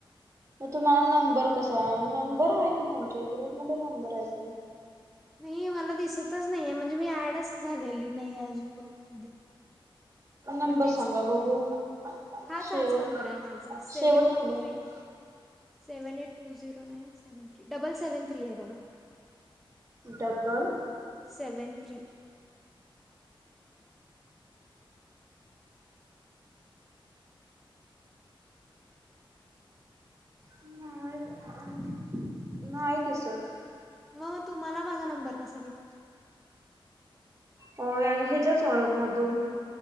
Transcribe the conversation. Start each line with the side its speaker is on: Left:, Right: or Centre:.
Right: मग तुम्हाला नंबर कसा नंबर आहे कि तुमच्या ग्रुप मध्ये नंबर आहे कि
Centre: नाही मला दिसतच नाहीये म्हणजे मी ऍडच झालेली नाही अजून ग्रुपमध्ये मला
Right: नंबर
Centre: तेच
Right: सांगा
Centre: कळ
Right: बघू
Centre: हाच
Right: शेवट
Centre: हाच नंबर आहे माझा seven
Right: शेवट Number
Centre: three. seven eight two zero nine seven three double seven three आहे बघा.
Right: डबल
Centre: सेवन थ्री
Right: नाही नाही दिसत.
Centre: मग मग तुम्हाला माझा नंबर कसा भेटला.
Right: अ ह्याच्याच मधून